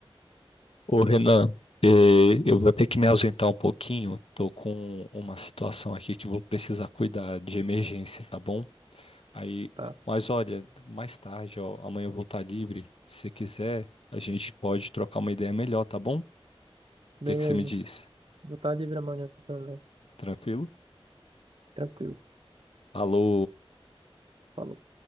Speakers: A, on the left; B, on the right.
A: Ô Renan, eh, eu vou ter que me ausentar um pouquinho. Tô com uma situação aqui que vou precisar cuidar de emergência, tá bom? Aí,
B: Tá.
A: mas olha, mais tarde, ó, amanhã eu vou estar livre. Se quiser, a gente pode trocar uma ideia melhor, tá bom? O
B: Beleza.
A: que que você me diz?
B: Vou estar livre amanhã também.
A: Tranquilo?
B: Tranquilo.
A: Alô?
B: Falou.